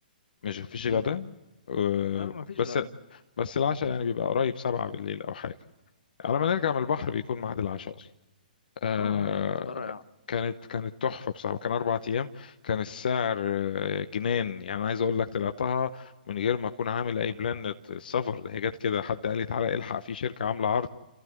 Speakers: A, on the left (about 65°); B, on the left (about 85°).
A: مش مفيش
B: م-م.
A: غدا آه،
B: لا ما فيش
A: بس
B: غدا
A: بس العشاء يعني بيبقى قريب سبعة بالليل أو حاجة على ما نرجع من البحر بيكون ميعاد العشاء أصلا آه،
B: اه آه، لا بتبقى رائعة
A: كانت كانت تحفة بصراحة كان أربع أيام كان السعر آه، جنان يعني أنا عايز أقول لك طلعتها من غير ما أكون عامل أي بلان السفر هي جت كده حد قال لي تعالى الحق في شركة عاملة عرض